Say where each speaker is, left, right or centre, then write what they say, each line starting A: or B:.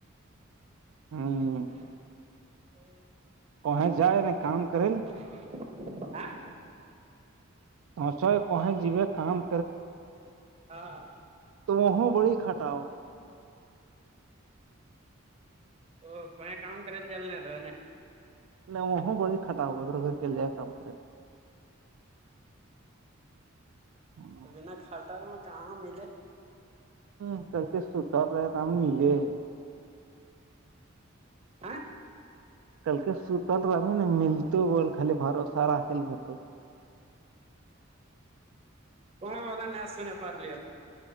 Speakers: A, on the right; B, on the right.
A: ہوں
B: <unintelligible>
A: کویں جائے ن کام کرےل
B: <unintelligible>
A: توچو کو ہیں جیے کام
B: ہاں
A: تو وہ بڑی خٹاؤ
B: ا کہیں کام کرے ل جائےلے ن رہ ہو نے
A: نہ وہ بڑے کٹا ہوا گ گھر کےل جائے کام کرے ل ہاں
B: بنا ہٹل میں کہاں ملے
A: ہ کل کے ستر رہے تو ہم ملے
B: آ
A: کلک سپ ر ن ملت وہ خال بھرو سارال بتو
B: وہ بت ن سونے پارل